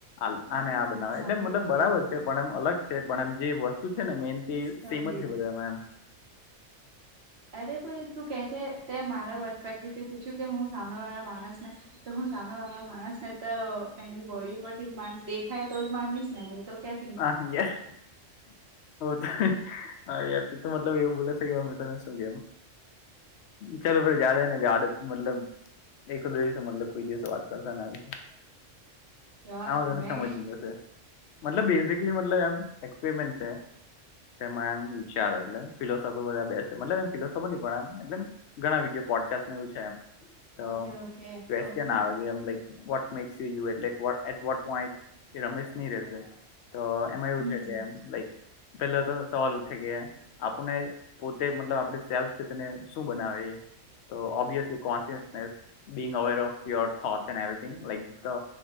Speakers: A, on the left (about 65°); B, on the right (about 55°).
A: આને
B: અરે
A: આ
B: હા
A: બનાવે
B: સમજી
A: એટલે મતલબ
B: સમજી
A: બરાબર
B: સમજી
A: છે અલગ છે પણ એમ જે વસ્તુ છે ને મેન
B: સમજી
A: સેમ જ બધમ
B: અરે પણ તું કે છે તે મારા પરસ્પેક્ટિવ થી પૂછ્યું કે હું સામે વાળા માણસ ને તો હું સામે વાળા માણસ ને તો એની બોડી ઉપર થી જ મા દેખાય તો જ માનીશ ને તો ક
A: હા એ હ તો હા યાર ત તો મતલબ એવું બોલે છે કે અમે તને શું કેમ ચાલો ફે જદને જદ મતલબ િવ મતલબ કોઈ દિવસે વાત કરતા આવી
B: જવા
A: હ
B: દે
A: તને
B: મેં
A: સમજ જશે મતલબ બેસિકલી મતલબ એક્સપેરિમેન્ટ છે એમાં એમ વિચારે એટલે ફિલોસોફર બધા બેસે મતલબ એમ ફિલોસોફર પણ એ એ ઘણા વિડીયો પોડકાસ્ટ એવું છે એમ તોયન
B: ઓકે ઓકે ઓકે
A: આવે કેમ વોટ મેક્સ યુ યુ એટલે એટ વટ પોઈન્ટ રમેશ નહી રહેશે તો એમાં એવું
B: હમ
A: છે કે એમ લાઈક પેલા તો સવાલ ઉઠે કે આપને પોતે મતલબ આપણે સેલ્ફ છે તેને શું બનાવે તો ઓ કોસસ બ અવેર ઓફ ર થટ એન્ડવ લક